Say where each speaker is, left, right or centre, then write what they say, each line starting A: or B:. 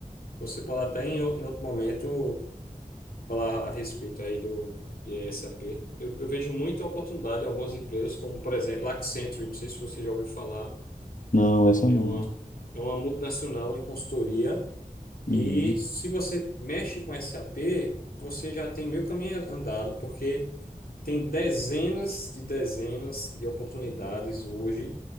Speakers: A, on the left; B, on the left.
A: Você pode até em, o- em outro momento falar a respeito aí do de SAP. Eu, eu vejo muita oportunidade em algumas empresas, como por exemplo a Accenture, não sei se você já ouviu falar,
B: Não, essa
A: é
B: não.
A: uma, é uma multinacional em consultoria.
B: Uhum.
A: E se você mexe com SAP, você já tem meio caminho andado, porque tem dezenas de dezenas de oportunidades hoje